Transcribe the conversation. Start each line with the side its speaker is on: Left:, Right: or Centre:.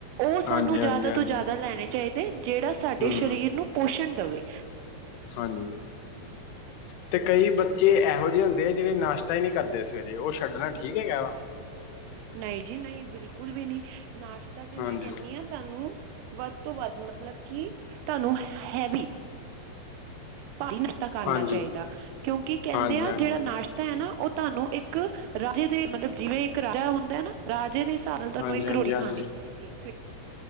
Right: ਉਹ
Left: ਹਾਂਜੀ
Right: ਸਾਨੂੰ
Left: ਹਾਂਜੀ
Right: ਜ਼ਿਆਦਾ
Left: ਹਾਂਜੀ
Right: ਤੋਂ ਜ਼ਿਆਦਾ ਲੈਨੇ ਚਾਹੀਦੇ ਜਿਹੜਾ ਸਾਡੇ
Left: ਹਮ
Right: ਸ਼ਰੀਰ ਨੂੰ ਪੋਸ਼ਨ ਦਵੇ।
Left: ਹਾਂਜੀ।
Right: <inaudible>
Left: ਤੇ ਕਈ ਬੱਚੇ ਇਹੋ ਜਿਹੇ ਹੁੰਦੇ ਆ ਜਿਹੜੇ ਨਾਸ਼ਤਾ ਹੀ ਨਹੀਂ ਕਰਦੇ ਸਵੇਰੇ ਉਹ ਛੱਡਣਾ ਠੀਕ ਹੈਗਾ ਵਾ।
Right: ਨਹੀਂ ਜੀ ਨਹੀਂ ਬਿਲਕੁਲ ਵੀ ਨਹੀਂ ਨਾਸ਼ਤਾ ਤੇ
Left: ਹਾਂਜੀ
Right: ਮੈਂ ਕੈਹਨੀ ਆ ਸਾਨੂੰ ਵੱਧ ਤੋਂ ਵੱਧ ਮਤਲਬ ਕਿ ਤਹਾਨੂੰ ਹੈਵੀ ਭਾਰੀ ਨਸ਼ਤਾ ਕਰਨਾ
Left: ਹਾਂਜੀ
Right: ਚਾਹੀਦਾ ਕਿਓਂਕਿ ਕਹਿੰਦੇ
Left: ਹਾਂਜੀ
Right: ਆ
Left: ਹਾਂਜੀ
Right: ਜਿਹੜਾ ਨਾਸ਼ਤਾ ਤਾਂ ਹੈ ਨਾ ਉਹ ਤੁਹਾਨੂੰ ਇੱਕ ਰਾਜੇ ਦੇ ਮਤਲਬ ਜਿਵੇਂ ਇੱਕ ਰਾਜਾ ਹੁੰਦਾ ਨਾ ਰਾਜੇ ਦੇ ਹਿਸਾਬ ਨਾਲ ਤੁਹਾਨੂੰ
Left: ਹਾਂਜੀ
Right: ਇੱਕ
Left: ਹਾਂਜੀ
Right: ਰੋਤਿ
Left: ਹਾਂਜੀ
Right: ਖਾਨੀ ਚਾਹੀਦੀ ਏ